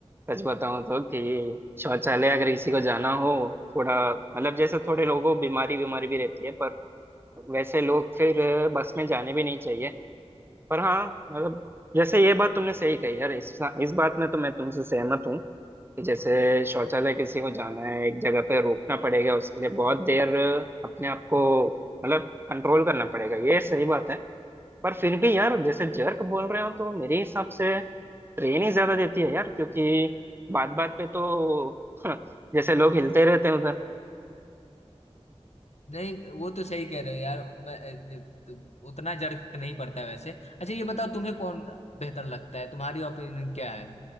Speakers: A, on the right; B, on the left.
A: सच बताऊं तो कि शौचालय अगर किसी को जाना हो थोड़ा मतलब जैसे थोड़े लोगों को बीमारी बीमारी भी रहती है पर वैसे लोग फिर अ, बस में जाने भी नहीं चाहिए पर हाँ मतलब जैसे ये बात तुमने सही कही यार इस इस बात में तो मैं तुमसे सहमत हूँ कि जैसे शौचालय किसी को जाना है एक जगह पे रोकना पड़ेगा उसके लिए बहुत देर अ, अपने आप को मतलब कंट्रोल करना पड़ेगा ये सही बात है पर फिर भी यार जैसे जर्क बोल रहे हो तो मेरे हिसाब से ट्रेन ही ज्यादा देती है यार क्योंकि बात बात पे तो <laughs> जैसे लोग हिलते रहते हैं उधर
B: नहीं वो तो सही कह रहे हो यार मैं तो उतना जर्क नहीं पड़ता है वैसे अच्छा ये बताओ तुम्हें कौन बेहतर लगता है तुम्हारी ओपिनियन क्या है